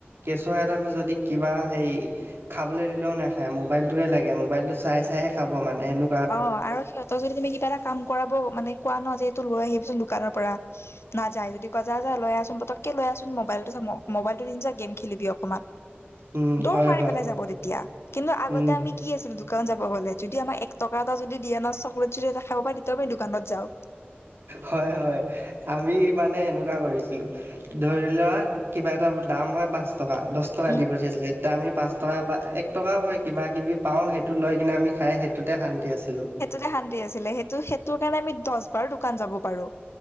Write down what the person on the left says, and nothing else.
অহ, আৰু সিহঁতৰ যদি তুমি কিবা এটা কাম কৰাব, মানে কোৱা ন' যে এইটো লৈ আহিব দোকানৰ পৰা। নাযায়। যদি কয়, 'যা যা, লৈ আচোন পতকে লৈ আহচোন ম'বাইলটোযে ম-ম'বাইলটো দিম যা, গেম খেলিবি অকণমান'।
দৌৰ
মাৰি
পেলাই যাব তেতিয়া। কিন্তু আগতে
আমি - কি আছিল দোকানত যাব গ'লে? যদি আমাৰ এক টকা এটা যদি দিয়ে ন', চকলেট যদি এটা খাব পায়, তেতিয়াও আমি দোকানত যাওঁ।
উম
সেইটোতে শান্তি আছিলোঁ। সেইটো সেইটোৰ কাৰণে আমি দহবাৰ দোকান যাব পাৰোঁ।